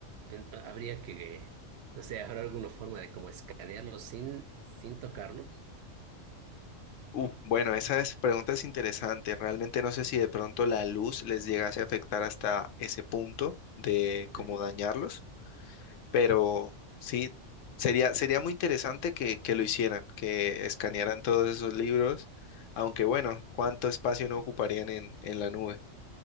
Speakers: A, on the right; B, on the left.
A: en- habría que, no sé, habrá alguna forma de como escanearlos sin, sin tocarlos.
B: Uh, bueno, esa es- pregunta es interesante. Realmente no sé si de pronto la luz les llegase a afectar hasta ese punto de cómo
A: <laughs>
B: dañarlos, pero sí, sería, sería muy interesante que, que lo hicieran, que escanearan todos esos libros, aunque bueno, ¿cuánto espacio no ocuparían en, en la nube?